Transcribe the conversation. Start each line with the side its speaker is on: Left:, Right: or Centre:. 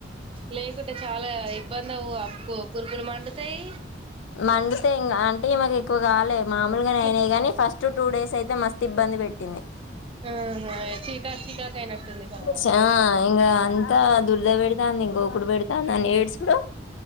Right: లేకుంటే చాలా ఇబ్బందవ్వు ఆమెకు కుర్ కుర్ మండుతయి.
Left: మంగితే ఇంగ ఆంటె మాకెక్కువ గాలే మామూల్గానే
Right: లే
Left: ఐనయ్ గాని ఫస్ట్ టూ డేసైతే మస్. తిబ్బంది పెట్టింది.
Right: ఆహా చీకాకు చీకాకు అయినట్టుంది పాపం
Left: చా ఇంగ అంతా దుర్ద పెడతాంది గోకుడు పెడ్తా. నన్ ఏడ్సుడు